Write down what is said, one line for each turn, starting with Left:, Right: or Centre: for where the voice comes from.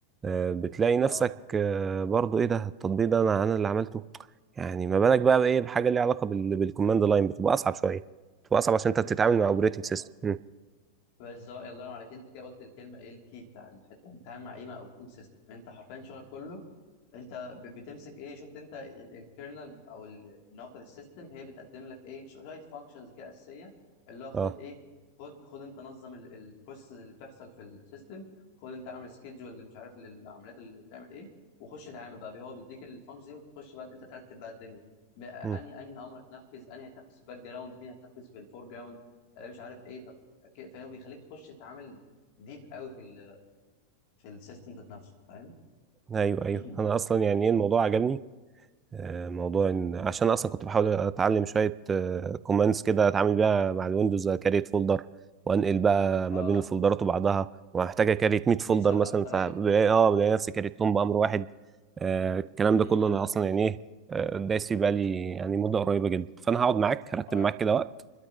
Right: آه، بتلاقي نفسك
Left: اه
Right: آه، برضو ايه ده التطبيق ده انا انا اللي عملته يعني ما بالك بقى بايه بحاجه ليها علاقه بال- بالكوماند لاين بتبقى اصعب شويه بتبقى اصعب عشان انت بتتعامل
Left: طبعا
Right: مع اوبريتنج
Left: طبعا
Right: سيستم
Left: بالظبط الله ينور عليك انت كده قلت الكلمه ايه الكي بتاع الحته انت بتتعامل مع ايه مع اوبريتنج سيستم انت حرفيا شغلك كله انت ب- بتمسك ايه شفت انت الكيرنل او النقطه السيستم هي بتقدم لك ايه ش- شويه فانكشنز كده اساسيه اللي هو خد
Right: اه
Left: ايه خد خد انت نظم البروسيس اللي بتحصل في السيستم خد انت اعمل سكيدجول اللي مش عارف للعمليات اللي بتعمل ايه وخش اتعامل بقى بيه. هو بيديك الفانكشن دي وانت تخش بقى انت ترتب بقى الدنيا بقى
Right: مم.
Left: انهي انهي امر هتنفذ انهي هتنفذ في الباك جراوند مين هتنفذ في الفور جراوند آه، مش عارف ايه طب ك- فهو بيخليك تخش تتعامل ديب قوي في ال في السيستم ذات نفسه فاهم
Right: ايوه ايوه
Left: <clears throat>
Right: انا اصلا يعني ايه الموضوع عجبني آه، موضوع ان عشان اصلا كنت بحاول اتعلم شويه كوماندز كده اتعامل بيها مع الويندوز كريت فولدر وانقل بقى
Left: اه
Right: ما بين الفولدرات وبعضها وهحتاج اكريت 100 فولدر
Left: بيسرع
Right: مثلا
Left: بيسرع
Right: فبلاقي
Left: جدا
Right: اه بلاقي نفسي كريتهم بامر واحد آه، الكلام
Left: امم
Right: ده كله انا اصلا يعني ايه آه، دايس فيه بقالي يعني مده قريبه جدا فانا هقعد معاك هرتب
Left: آه
Right: معاك كده وقت